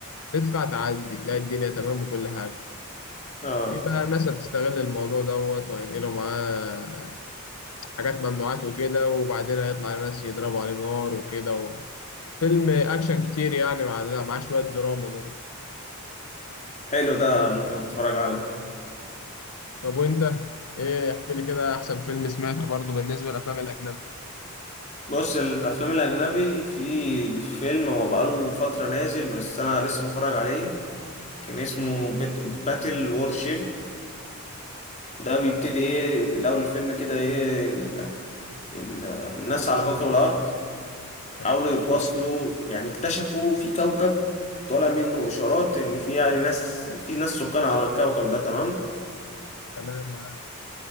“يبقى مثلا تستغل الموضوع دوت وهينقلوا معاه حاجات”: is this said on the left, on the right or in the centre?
Left